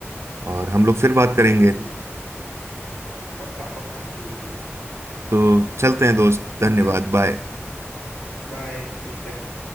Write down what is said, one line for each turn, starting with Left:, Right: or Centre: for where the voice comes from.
Right: और हम लोग फिर बात
Left: जी
Right: करेंगे
Left: जी जी पक्का पक्का जी जी जी
Right: तो चलते
Left: चलो
Right: हैं दोस्त
Left: मिलते
Right: धन्यवाद बाय
Left: बाय मिलते हैं।